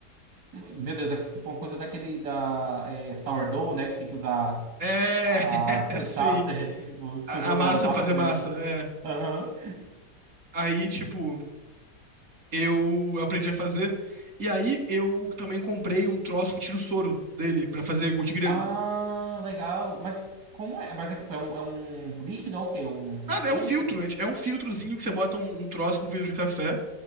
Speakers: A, on the right (about 80°); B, on the right (about 50°).
A: Meu Deus, é tipo uma coisa daquele da é, sourdough, né? Que tem que usar
B: É,
A: a
B: <laughs>
A: <laughs>
B: sim.
A: starter, tipo, fica
B: A,
A: usando
B: a massa
A: ela várias
B: pra fazer massa,
A: vezes.
B: é.
A: Aham. <laughs>
B: Aí, tipo. eu aprendi a fazer. E aí eu também comprei um troço que tira o soro dele pra fazer iogurte grego.
A: Ah, legal. Mas como é? Mas é tipo, é um, é um líquido ou o quê? É Um
B: Nada, é
A: químico?
B: um filtro, é, é um filtrozinho que você bota um, um troço com filtro de café.